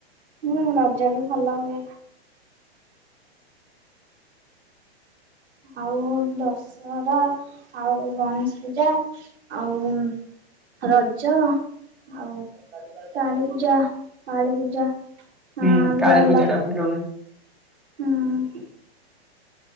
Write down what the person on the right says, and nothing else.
ହୁଁ ରଜ ବି ଭଲ ହୁଏ। ଆଉ ଦଶହରା ଆଉ ଗଣେଶ ପୂଜା ଆଉ ରଜ ଆଉ କାଳୀପୂଜା କାଳୀପୂଜା ହଁ
ବି
ଭଲ
ହୁଁ